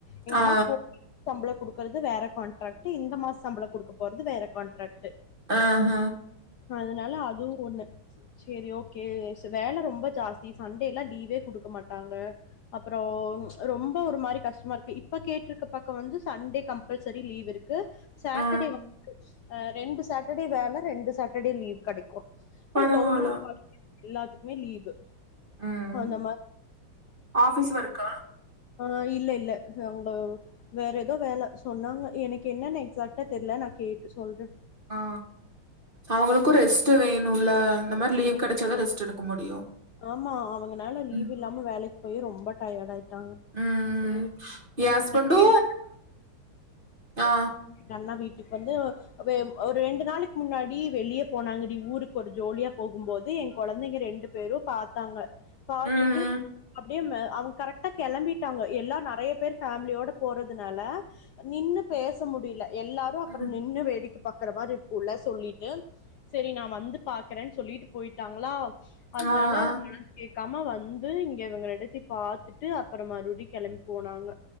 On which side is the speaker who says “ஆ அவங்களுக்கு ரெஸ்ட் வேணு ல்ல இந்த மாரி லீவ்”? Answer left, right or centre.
Right